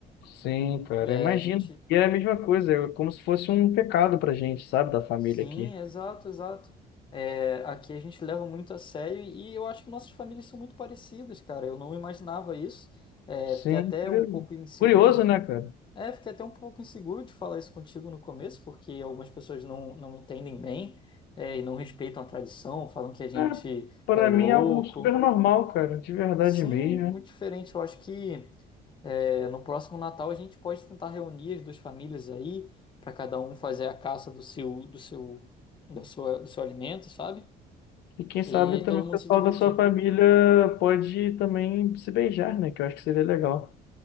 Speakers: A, on the left; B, on the left.
A: Sim, cara,
B: É,
A: eu imagino.
B: a gente.
A: E é a mesma coisa, é como se fosse um pecado pra gente, sabe, da família
B: Sim,
A: aqui.
B: exato, exato. É, aqui a gente leva muito a sério e eu acho que nossas famílias são muito parecidas, cara. Eu não imaginava isso. É,
A: Sim,
B: fiquei até
A: curioso,
B: um pouco inseguro
A: Curioso,
B: de.
A: né, cara?
B: É, fiquei até um pouco inseguro de falar isso contigo no começo, porque algumas pessoas não, não entendem bem, é, e não respeitam a tradição, falam que a gente
A: É, para
B: é louco.
A: mim é algo super normal, cara, de verdade
B: Sim,
A: mesmo. né?
B: muito diferente. Eu acho que é, no próximo Natal a gente pode tentar reunir as duas famílias aí, para cada um fazer a caça do seu, do seu, da sua, do seu alimento, sabe?
A: E quem
B: E
A: sabe também
B: todo
A: o
B: mundo
A: pessoal
B: se divertir.
A: da sua família pode também se beijar, né? Que eu acho que seria legal.